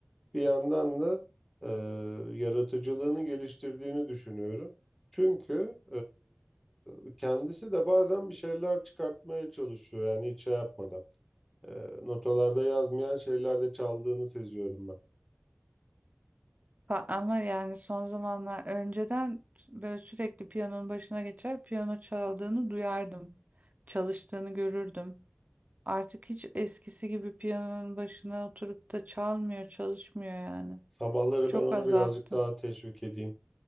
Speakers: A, in the centre; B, on the right (about 40°).
A: Bir yandan da e, yaratıcılığını geliştirdiğini düşünüyorum. Çünkü e, kendisi de bazen bir şeyler çıkartmaya çalışıyor yani hiç şey yapmadan. E, notalarda yazmayan şeylerde çaldığını seziyorum ben.
B: Pa- Ama yani son zamanlar önceden böyle sürekli piyanonun başına geçer, piyano çaldığını duyardım. Çalıştığını görürdüm. Artık hiç eskisi gibi piyanonun başına oturup da çalmıyor, çalışmıyor yani.
A: Sabahları
B: Çok
A: ben onu
B: azalttı.
A: birazcık daha teşvik edeyim.